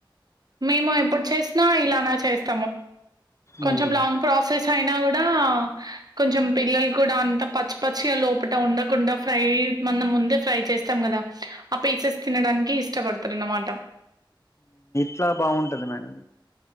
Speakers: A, on the right; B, on the left.
A: మేము ఎప్పుడు చేసినా ఇలానే చేస్ ము కొంచెం
B: ఉమ్
A: లాంగ్ ప్రాసెస్ చైనా కూడా కొంచెం పిల్లలు కూడా అంత పచ్చి పచ్చిగా లోపల ఉండకుండా ఫ్రై మన ముందే ఫ్రై చేస్తాం కదా ఆ పీసెస్ తినడానికి ఇష్టపడతారు అన్నమాట
B: అట్లా బాగుంటది మేడం